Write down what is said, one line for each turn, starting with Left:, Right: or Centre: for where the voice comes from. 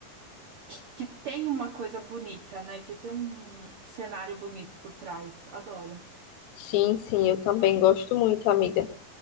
Right: que que tem uma coisa bonita, né? Que tem um cenário bonito por trás. Adoro.
Left: Sim, sim, eu também gosto muito, amiga.